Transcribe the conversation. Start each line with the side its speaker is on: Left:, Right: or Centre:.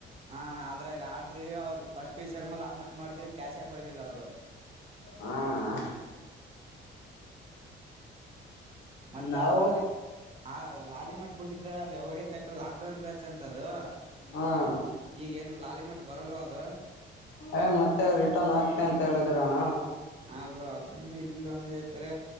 Right: ಹ ಅದ್ರೆಡ್ ವಿ ಅವ್ರರು ಫಸ್ ಪಿ ಶರ್ಮಾ ಅಮ್ಮಂಟ್ ಮಾಡಿದೀವಿ ಕ್ಯಾಶ್ ಹಾಕೊಳ್ಳಿಲ್ಲ ಅವರು
Left: ಹಾಣಾ
Right: ಮತ್ತೆ
Left: ನಾವು
Right: ಅದ ಲಾಲಿ ಮ ಆ ಲಾಲಿ ಮಟ್ ಬಿಟ್ಟ್ರ ಅದ ಹೋಗಗೆ ತಕ್ಕ ಲಾಕ್ ಡೌನ್ ಬ್ಯಾಚ್ ಅಂತ ಅದು
Left: ಹಾ ಅಣ್ಣ
Right: ಈಗ ಏನ್ ಲಾಲಿ ಮಟ್ಟ ಬರಲ್ ಅದು
Left: ಏ ಮತ್ತೆ ರಿಟರ್ನ್ ಆಗ್ತೆ ಅಂತ ಹೇಳಿದ್ರ ಅಣ್ಣ
Right: ಅವರು ಅದ್ರೊಂದು ಇಲ್ಲೊಂದ ಹೇಳ್ತಾರೆ